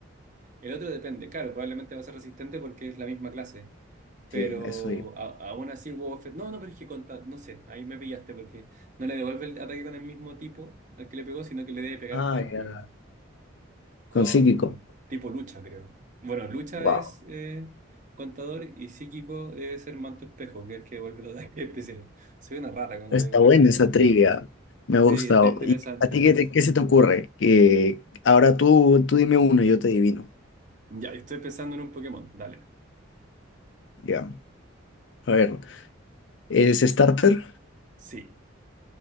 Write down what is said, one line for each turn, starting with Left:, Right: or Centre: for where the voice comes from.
Right: El otro depende, claro, probablemente va a ser resistente porque es la misma clase.
Left: Sí,
Right: Pero
Left: eso yo.
Right: a- aún así Buffett... No, no, pero es que con ta- no sé, ahí me pillaste porque no le devuelve el ataque con el mismo tipo al que le pegó, sino que le debe pegar
Left: Ah,
Right: con,
Left: ya.
Right: con
Left: Con psíquico.
Right: tipo lucha, creo. Bueno, lucha
Left: Wow.
Right: es eh, contador y psíquico debe ser manto espejo, que es el que devuelve los <laughs> ataques especiales. Soy una rata, como
Left: Está
Right: pueden
Left: buena
Right: ver.
Left: esa trivia. Me ha gustado.
Right: Sí, está interesante.
Left: ¿Y a ti qué, te- qué se te ocurre? Que ahora tú, tú dime uno y yo te adivino.
Right: Ya, estoy pensando en un Pokémon. Dale.
Left: Ya. A ver. ¿Es starter?
Right: Sí.